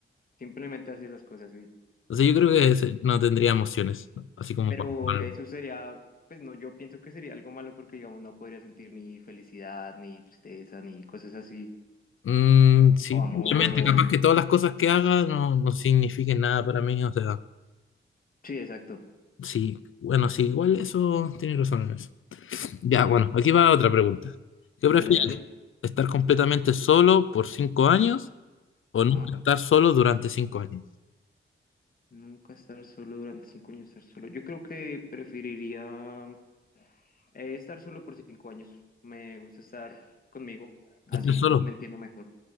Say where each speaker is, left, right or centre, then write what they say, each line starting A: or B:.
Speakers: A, on the left (about 40°); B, on the left (about 70°).
A: simplemente haces las cosas, sí.
B: O sea, yo creo que se- no tendría emociones, ¿no? así como
A: Pero
B: Juan Pablo.
A: eso sería, pues no, yo pienso que sería algo malo porque, digamos, no podría sentir ni felicidad, ni tristeza, ni cosas así,
B: Mm, sí,
A: o
B: obviamente,
A: amor, o...
B: capaz que todas las cosas que haga no, no signifiquen nada para mí, o sea,
A: Sí, exacto.
B: sí, bueno, sí, igual eso tiene razón en eso. Ya, bueno, aquí va otra pregunta. ¿Qué
A: Dale,
B: prefieres?
A: dale.
B: ¿Estar completamente solo por cinco años o
A: Ajá.
B: nunca estar solo durante cinco años?
A: Nunca estar solo durante cinco años, estar solo. Yo creo que preferiría eh, estar solo por cinco años. Me gusta estar conmigo, así
B: ¿Estar solo?
A: me entiendo mejor.